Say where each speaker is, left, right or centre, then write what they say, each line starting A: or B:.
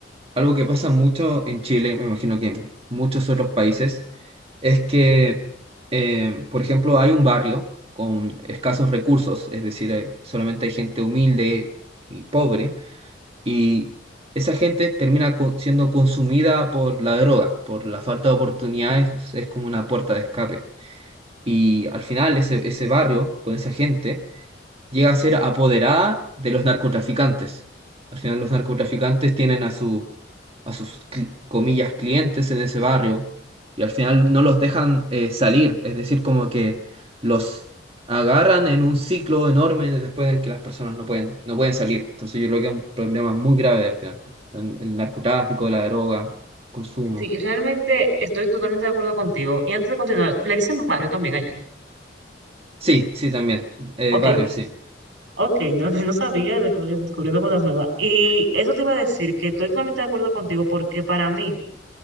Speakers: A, on the right (about 30°); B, on the right (about 85°).
A: Algo que pasa mucho en Chile, y me imagino que en muchos otros países, es que, eh, por ejemplo, hay un barrio con escasos recursos, es decir, hay- solamente hay gente humilde y pobre, y esa gente termina con- siendo consumida por la droga, por la falta de oportunidades, es como una puerta de escape. Y al final ese, ese barrio, con esa gente, llega a ser apoderada de los narcotraficantes. Al final los narcotraficantes tienen a su, a sus, cli- comillas, clientes en ese barrio y al final no los dejan eh, salir. Es decir, como que los agarran en un ciclo enorme después en el que las personas no pueden, no pueden salir. Entonces yo creo que es un problema muy grave al final. El, el narcotráfico, la droga, consumo.
B: Sí, realmente estoy totalmente de acuerdo contigo. Y antes de continuar, le dicen barrio también allá.
A: Sí, sí, también. Eh,
B: Ok,
A: barrio, sí.
B: ok, no, <laughs> no sabía, descubri- descubriendo cosas nuevas. Y eso te iba a decir que estoy totalmente de acuerdo contigo porque para mí